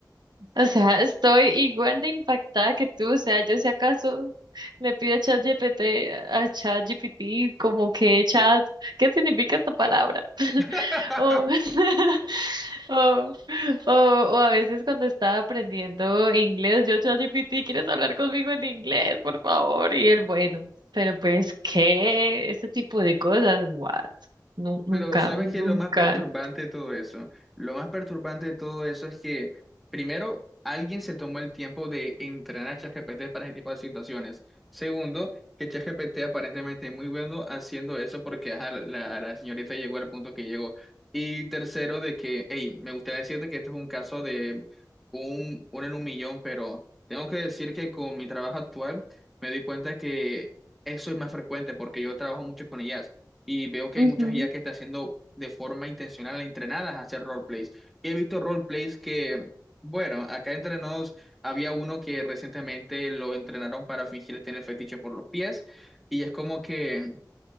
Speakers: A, on the right; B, in the centre.
A: O sea, estoy igual de impactada que tú. O sea, yo si acaso le pido a ChatGPT, a ChatGPT, como que chat, ¿qué significa esta palabra? <laughs>
B: <laughs>
A: O, <laughs> o, o, o a veces cuando estaba aprendiendo inglés, yo ChatGPT, ¿quieres hablar conmigo en inglés, por favor? Y él, bueno, pero pues, ¿qué? Este tipo de cosas, what? Nu- nunca,
B: Pero ¿sabes
A: nunca.
B: qué es lo más perturbante de todo eso? Lo más perturbante de todo eso es que, primero, alguien se tomó el tiempo de entrenar a ChatGPT para ese tipo de situaciones. Segundo, que ChatGPT aparentemente es muy bueno haciendo eso porque ajá, la, la la señorita llegó al punto que llegó. Y tercero, de que, hey, me gustaría decirte que esto es un caso de un, uno en un millón, pero tengo que decir que con mi trabajo actual me di cuenta que eso es más frecuente porque yo trabajo mucho con IA y veo que hay
A: Ujú.
B: muchas IA que están haciendo de forma intencional entrenadas a hacer roleplays. Y he visto roleplays que, bueno, acá entre nos había uno que recientemente lo entrenaron para fingir tener fetiche por los pies y es como que,